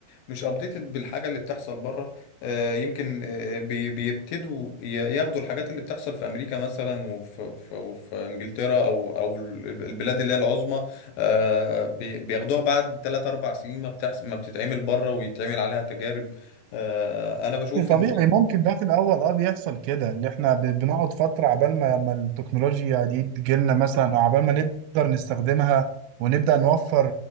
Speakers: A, on the left; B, on the right.
A: مش أبديتد بالحاجة اللي بتحصل بره آه، يمكن آه، بي- بيبتدوا ي- ياخدوا الحاجات اللي بتحصل في أمريكا مثلا وفي في وفي إنجلترا أو أو ال- البلاد اللي هي العظمى آه، بي- بياخدوها بعد 3 4 سنين ما بتحصل ما بتتعمل بره ويتعمل عليها تجارب آه، أنا بشوف
B: طبيعي
A: إن
B: ممكن ده في الاول اه بيحصل كده ان احنا ب- بنقعد فتره عبال ما ما التكنولوجيا دي تجيلنا مثلا او عبال ما نقدر نستخدمها ونبدا نوفر